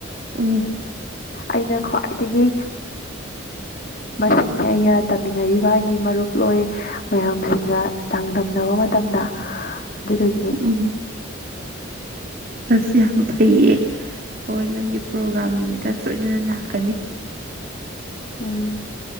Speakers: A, on the right; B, on the left.
A: ꯎꯝ
B: ꯑꯩꯅ ꯈ꯭ꯋꯥꯏꯗꯒꯤ ꯃꯁꯤꯡꯁꯦ ꯑꯩꯒ ꯇꯝꯃꯤꯟꯅꯔꯤꯕ ꯑꯩꯒꯤ ꯃꯔꯨꯞ ꯂꯣꯏ ꯃꯌꯥꯝꯁꯤꯡꯒ ꯆꯥꯡꯗꯝꯅꯕ ꯃꯇꯝꯗ ꯑꯗꯨꯗꯒꯤ
A: ꯎꯝ ꯑꯁ ꯌꯥꯝ ꯐꯩꯌꯦ ꯍꯣꯏ ꯅꯪꯒꯤ ꯄ꯭ꯔꯣꯒ꯭ꯔꯥꯝ ꯅꯨꯃꯤꯠꯇ ꯁꯣꯏꯗꯅ ꯂꯥꯛꯀꯅꯤ
B: ꯎꯝ